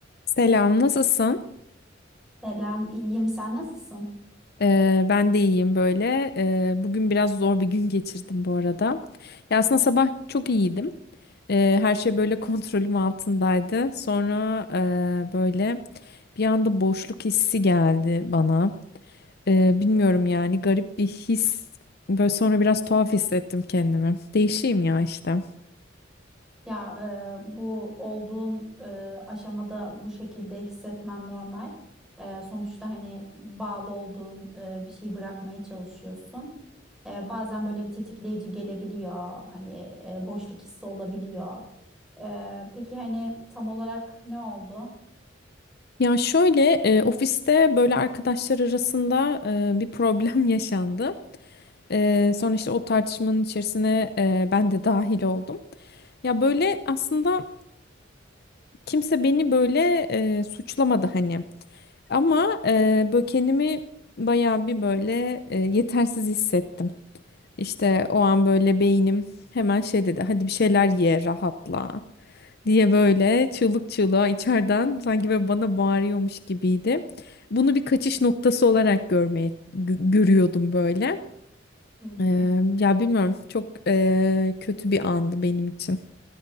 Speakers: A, on the left; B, in the centre.
A: Selam, nasılsın?
B: Selam, iyiyim. Sen nasılsın?
A: Ee, ben de iyiyim böyle. Ee, bugün biraz zor bir gün geçirdim bu arada. Ya aslında sabah çok iyiydim. Ee, her şey böyle <laughs> kontrolüm altındaydı. Sonra e, böyle bir anda boşluk hissi geldi bana. Ee, bilmiyorum yani garip bir his. Böyle sonra biraz tuhaf hissettim kendimi. Değişeyim ya işte.
B: Ya e, bu olduğun e, aşamada bu şekilde hissetmen normal. E, sonuçta hani bağlı olduğun e, bir şeyi bırakmaya çalışıyorsun. E, bazen böyle bir tetikleyici gelebiliyor. Hani e, boşluk hissi olabiliyor. E, peki hani tam olarak ne oldu?
A: Ya şöyle e, ofiste böyle arkadaşlar arasında e, bir problem <laughs> yaşandı. Ee, sonra işte o tartışmanın içerisine e, ben de dahil oldum. Ya böyle aslında kimse beni böyle e, suçlamadı hani. Ama e, böyle kendimi bayağı bir böyle e, yetersiz hissettim. İşte o an böyle beynim hemen şey dedi. Hadi bir şeyler ye, rahatla diye böyle çığlık çığlığa içeriden sanki böyle bana bağırıyormuş gibiydi. Bunu bir kaçış noktası olarak görmeye gö- görüyordum böyle.
B: Hı
A: Eee,
B: hı.
A: ya bilmiyorum çok eee, kötü bir andı benim için.